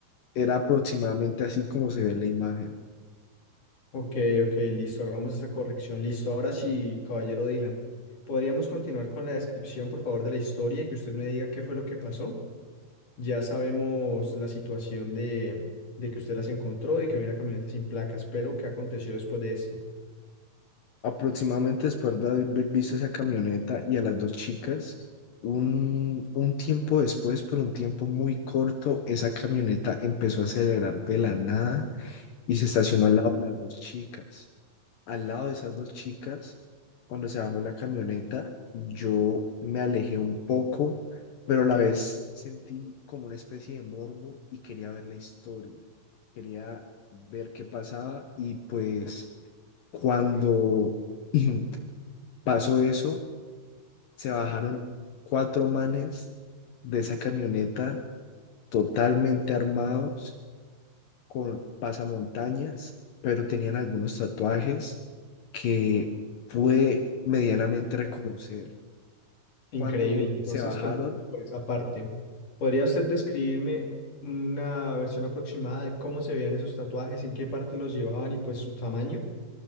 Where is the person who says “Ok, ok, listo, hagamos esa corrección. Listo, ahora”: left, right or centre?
Left